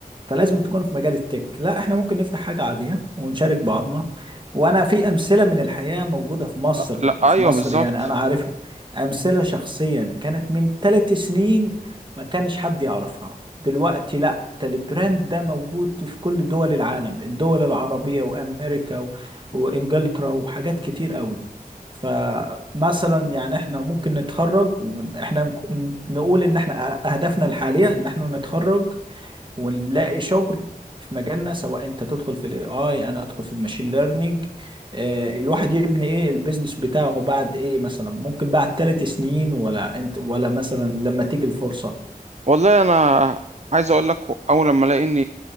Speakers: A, on the right; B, on the right.
A: فلازم تكون في مجال التك لا احنا ممكن نفتح حاجة عادية ونشارك بعضنا وانا في امثلة من الحياة موجودة في مصر
B: أ- لا ايوه
A: في مصر
B: بالظبط
A: يعني انا عارفها امثلة شخصيا كانت من ثلاث سنين ما كانش حد يعرفها دلوقتي لا ده البراند ده موجود في كل دول العالم الدول العربية وامريكا و... وانجلترا وحاجات كتير قوي فمثلا يعني احنا ممكن نتخرج واحنا نقول ان احنا اهدافنا الحالية ان احنا نتخرج ونلاقي شغل في مجالنا سواء انت تدخل في الاي اي انا ادخل في الماشين ليرنينج آه الواحد يبني ايه البيزنس بتاعه بعد ايه مثلا ممكن بعد ثلاث سنين ولا انت ولا مثلا لما تيجي الفرصة
B: والله انا عايز اقول لك اول لما الاقي ان